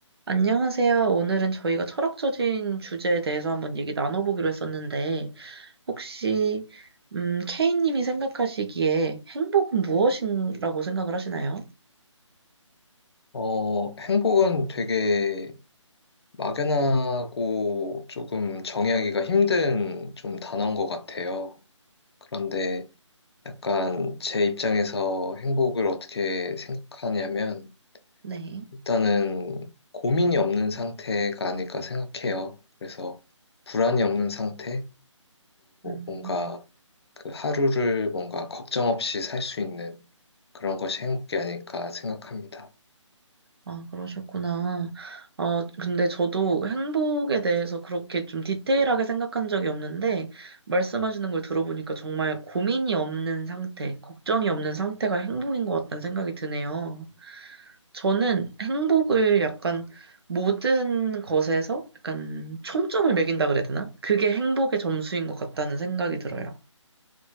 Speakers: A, on the right (about 50°); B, on the left (about 55°).
A: 안녕하세요. 오늘은 저희가 철학적인 주제에 대해서 한번 얘기 나눠보기로 했었는데, 혹시, 음, K님이 생각하시기에 행복은 무엇이라고 생각을 하시나요?
B: 어, 행복은 되게 막연하고 조금 정의하기가 힘든 좀 단어인 것 같아요. 그런데 약간 제 입장에서 행복을 어떻게 생각하냐면
A: 네.
B: 일단은 고민이 없는 상태가 아닐까 생각해요. 그래서 불안이 없는 상태로
A: 음,
B: 뭔가 그 하루를 뭔가 걱정 없이 살 수 있는 그런 것이 행복이 아닐까 생각합니다.
A: 아, 그러셨구나. 어, 근데 저도 행복에 대해서 그렇게 좀 디테일하게 생각한 적이 없는데, 말씀하시는 걸 들어보니까 정말 고민이 없는 상태, 걱정이 없는 상태가 행복인 것 같다는 생각이 드네요. 저는 행복을 약간 모든 것에서 약간 총점을 매긴다 그래야 되나? 그게 행복의 점수인 것 같다는 생각이 들어요.